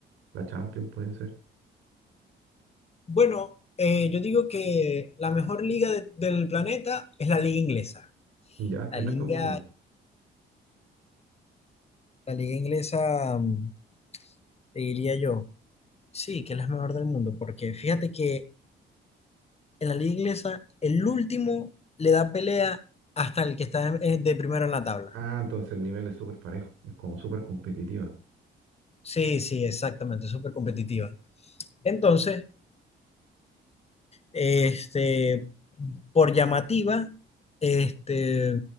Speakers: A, on the right (about 85°); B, on the left (about 30°).
A: la Champions puede ser?
B: Bueno, eh, yo digo que la mejor liga de- del planeta es la liga inglesa.
A: Ya,
B: La
A: en
B: liga,
A: estos momentos.
B: la liga inglesa, mm, te diría yo, sí, que es la mejor del mundo, porque fíjate que en la liga inglesa, el último le da pelea hasta el que está en- eh, de primero en la tabla.
A: Ah, entonces el nivel es súper parejo, es como súper competitiva.
B: Sí, sí, exactamente, súper competitiva. Entonces, este, por llamativa, este,